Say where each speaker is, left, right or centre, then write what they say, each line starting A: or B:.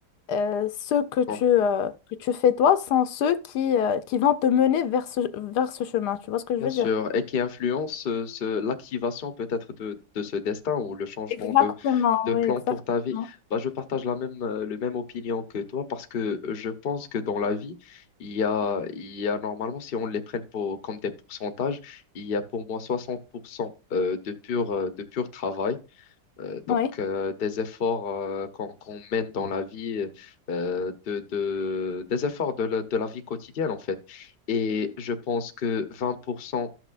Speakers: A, on the left (about 75°); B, on the left (about 50°).
A: euh, ceux que tu,
B: bon,
A: euh, que tu fais toi, sont ceux qui, euh, qui vont te mener vers ce, vers ce chemin, tu vois ce que je
B: bien
A: veux
B: sûr,
A: dire?
B: et qui influence euh, ce, l'activation peut-être de, de ce destin ou le changement
A: Exactement,
B: de, de
A: oui,
B: plan
A: exactement.
B: pour ta vie. Bah, je partage la même, euh, le même opinion que toi parce que euh, je pense que dans la vie, il y a, il y a normalement, si on les prenne pour, comme des pourcentages, il y a pour moi 60% euh, de pur, euh, de pur travail. Euh, donc,
A: Oui.
B: euh, des efforts euh, qu'on qu'on mène dans la vie, euh, de, de- des efforts de, la de la vie quotidienne, en fait. Et je pense que 20%,